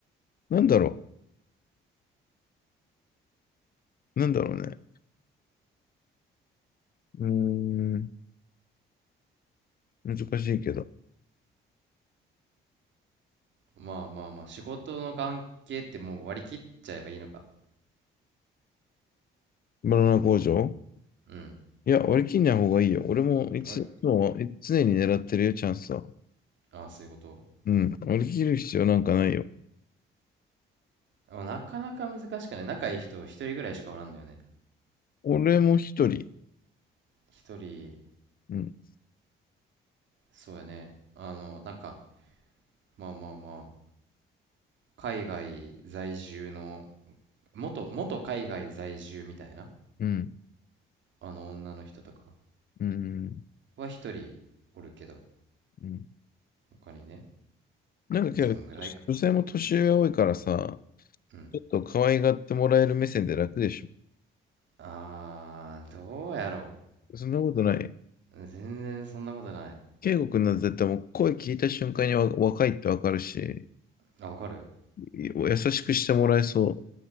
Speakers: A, on the left; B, on the right.
A: なんだろう。なんだろうね。うーん。難しいけど。
B: う。まあまあまあ、仕事の関係ってもう割り切っちゃえばいいのか。
A: バナナ工場
B: うん。
A: いや、割り切んない方がいいよ。俺もいつもい常に狙ってるよ、
B: あれ、
A: チャンスは。
B: ああ、そういうこと
A: うん。割り切る必要なんかないよ。
B: あなかなか難しくない。仲いい人一人ぐらいしかおらんのよね。
A: 俺も一人。
B: 一人、
A: うん。
B: そうやね。あの、なんか、まあまあまあ、海外在住の、元、元海外在住みたいな、
A: うん。
B: あの女の人とか
A: うん。
B: は一人おるけど、
A: うん。
B: 他にね、
A: なんかけど、
B: そんぐらいか。
A: 女性も年上多いからさ、
B: うん。
A: ちょっと可愛がってもらえる目線で楽でし
B: あー、どうやろ
A: ょ。そんなことない
B: う。全然そんなことない。
A: 圭吾君なんて絶対もう声聞いた瞬間にわ若いってわかるし、
B: あ、わかる
A: 優しくしてもらえそう